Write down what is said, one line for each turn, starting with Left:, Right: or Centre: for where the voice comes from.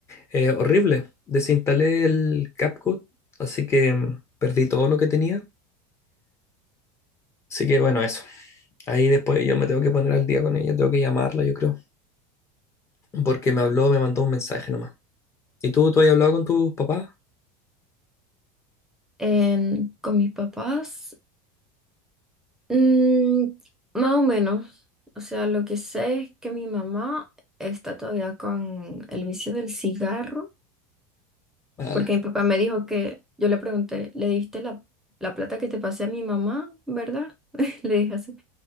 Left: Eh, horrible, desinstalé el CapCut, así que mm, perdí todo lo que tenía. Así que bueno, eso. Ahí después yo me tengo que poner al día con ella, tengo que llamarla, yo creo, porque me habló, me mandó un mensaje nomás. ¿Y tú, tú has hablado con tus papás?
Centre: En- con mis papás, mm, más o menos. O sea, lo que sé es que mi mamá está todavía con el vicio del cigarro.
Left: Ala.
Centre: Porque mi papá me dijo que, yo le pregunté, ¿le diste la, la plata que te pasé a mi mamá, verdad? <laughs> Le dije así.